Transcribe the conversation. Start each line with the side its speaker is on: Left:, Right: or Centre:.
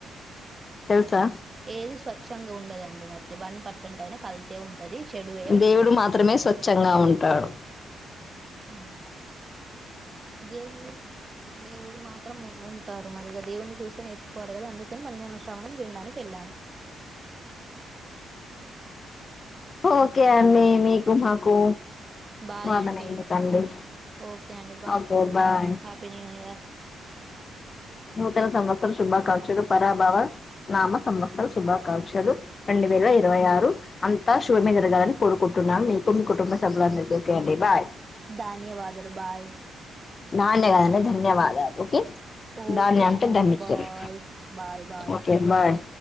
Left: తెల్సా
Right: ఏది స్వచ్ఛంగా ఉండదండి మరి వన్ పర్సెంట్ అయినా కల్తీ ఉంటది చెడువే ఉంటది
Left: దేవుడు మాత్రమే స్వచ్ఛంగా ఉంటాడు
Right: ఆ దేవుంది దేవుడు మాత్రం ఉంటారు మరిగా దేవుని చూస్ నేర్చుకోవాలి గద అందుకని పంచాంగశ్రావణం వినడానికి వెళ్లాను <inaudible>
Left: ఓకే అండి మీకు మాకు
Right: బాయ్
Left: వాదనెందుకండి
Right: అండి ఓకే అండి
Left: okay bye
Right: happy new year
Left: నూతన సంవత్సరాల శుభాకాంక్షలు పరాభవ నామ సంవత్సర శుభాకాంక్షలు రెండు వేల ఇరవై ఆరు అంతా శుభమే జరగాలని కోరుకుంటున్నాను మీకు మీ కుటుంబ సభ్యల అందరికి ఓకే అండి బాయ్
Right: ధన్యవాదలు బాయ్
Left: నాన్నే కద అండి ధన్యవాదాలు ఓకే
Right: ఓకే
Left: ధాన్య అంటే
Right: అండి
Left: ధన్యచరు
Right: bye bye bye
Left: okay bye